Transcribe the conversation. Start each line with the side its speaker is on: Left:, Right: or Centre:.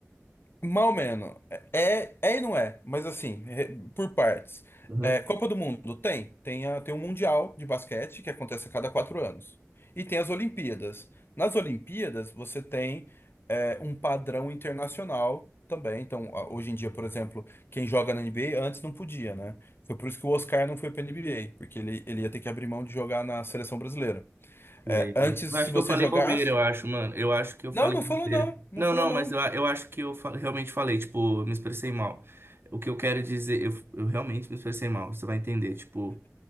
Left: Mal menos. É, é e não é, mas assim, é- por partes.
Right: Uhum.
Left: É, Copa do Mundo tem. Tem, a, tem um Mundial de basquete que acontece a cada quatro anos. E tem as Olimpíadas. Nas Olimpíadas, você tem é, um padrão internacional também. Então, a- hoje em dia, por exemplo, quem joga na NBA antes não podia, né? Foi por isso que o Oscar não foi para NBA, porque ele, ele ia ter que abrir mão de jogar na seleção brasileira. É,
Right: Sei.
Left: antes,
Right: Eu
Left: se
Right: acho
Left: você
Right: que eu falei
Left: jogasse.
Right: bobeira, eu acho, mano. Eu acho que eu falei
Left: Não, não
Right: bobeira.
Left: falou não. Não
Right: Não,
Left: falou
Right: não,
Left: não.
Right: mas eu, a- eu acho que eu fa- realmente falei, tipo, eu me expressei mal. O que eu quero dizer, eu, eu realmente me expressei mal, você vai entender, tipo.